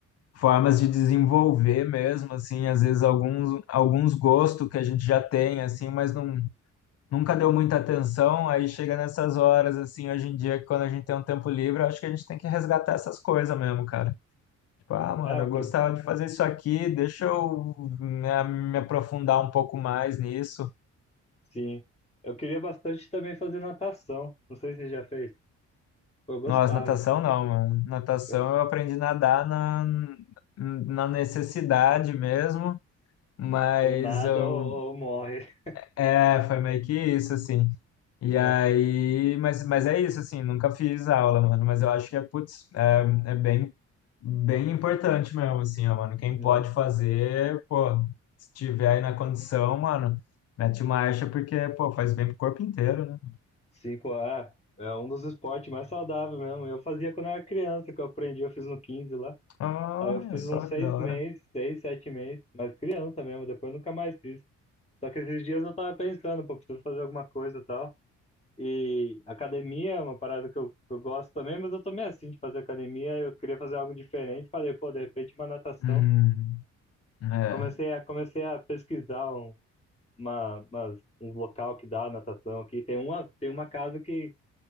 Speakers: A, on the left; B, on the left.
A: formas de desenvolver mesmo, assim, às vezes alguns, alguns gostos que a gente já tem, assim, mas não, nunca deu muita atenção. Aí chega nessas horas, assim, hoje em dia, que quando a gente tem um tempo livre, eu acho que a gente tem que resgatar essas coisas mesmo, cara. Tipo, ah, mano,
B: É, o
A: eu
B: que,
A: gostava de fazer isso aqui, deixa eu me, me aprofundar um pouco mais nisso.
B: sim. Eu queria bastante também fazer natação. Não sei se você já fez. Pô, Eu gostava.
A: Nossa, natação não, mano. Natação
B: Eu,
A: eu aprendi a nadar na, na necessidade mesmo, mas
B: ou nada
A: eu,
B: ou, ou morre. <laughs>
A: é, foi meio que isso, assim. E
B: É,
A: aí, mas, mas é isso, assim, nunca fiz aula, mano, mas eu acho que é, putz, é, é bem, bem importante mesmo, assim, ó, mano. Quem
B: né?
A: pode fazer, pô, se tiver aí na condição, mano, mete marcha, porque, pô, faz bem pro corpo inteiro, né?
B: Cinco, é, é um dos esportes mais saudáveis mesmo. Eu fazia quando eu era criança, que eu aprendi, eu fiz no 15 lá.
A: Olha
B: Aí eu fiz
A: só
B: uns seis
A: que da hora.
B: meses, seis, sete meses, mas criança mesmo, depois eu nunca mais fiz. Só que esses dias eu tava pensando, pô, preciso fazer alguma coisa e tal. E academia é uma parada que eu, que eu gosto também, mas eu tô meio assim de fazer academia, eu queria fazer algo diferente. Falei, pô, de repente uma natação.
A: Hum, é,
B: Comecei a, comecei a pesquisar um, uma, umas, um local que dá natação aqui. Tem uma, tem uma casa que